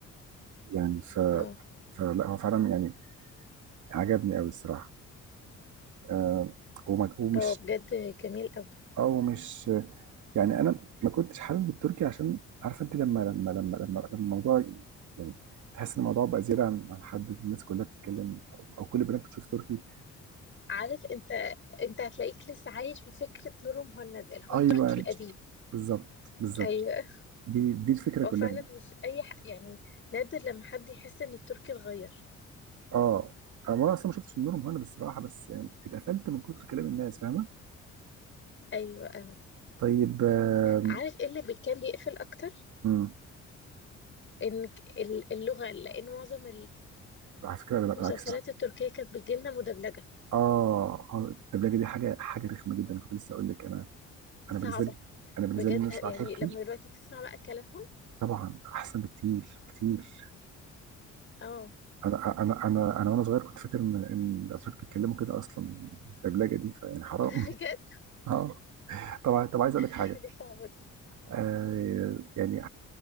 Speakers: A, on the right; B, on the left.
A: يعني ف...
B: اه
A: فلا هو فعلا يعني عجبني أوي الصراحة آه وما- ومش
B: هو بجد جميل قوي
A: أو مش يعني أنا ما كنتش حابب التركي عشان عارفة أنت لما لما لما لما لما الموضوع يعني تحس إن الموضوع بقى زيادة عن عن حد الناس كلها بتتكلم أو, أو كل البنات بتشوف تركي
B: عارف انت انت هتلاقيك لسه عايش في فكرة نور مهند اللي هو التركي
A: أيوه
B: القديم
A: بالظبط بالظبط
B: ايوه
A: دي دي الفكرة
B: هو
A: كلها
B: فعلا مش اي ح... يعني نادر لما حد يحس ان التركي اتغير
A: اه انا اصلا ما شفتش النور مهند الصراحه بس يعني اتقفلت من كتر كلام الناس فاهمه
B: ايوه اه
A: طيب آم،
B: عارف ايه اللي بي- كان بيقفل اكتر
A: مم.
B: ان ك- ال- اللغة لان معظم
A: على فكره لا بالعكس
B: المسلسلات التركية كانت بتجيلنا مدبلجة
A: اه آه، الدبلجه دي حاجه حاجه رخمه جدا انا كنت لسه اقول لك انا
B: صعبة
A: انا بالنسبه لي انا بالنسبه
B: بجد
A: لي ان أنا
B: يعني
A: اسمع تركي
B: لما دلوقتي تسمع بقى كلامهم
A: طبعا احسن بكتير كتير
B: اه
A: انا انا انا انا وانا صغير كنت فاكر ان ان الاتراك بيتكلموا كده اصلا الدبلجه دي فيعني حرام
B: <laughs> بجد
A: <laughs> اه طبعا طب عايز اقول لك حاجه
B: دي حاجة صعبة دي
A: آه يعني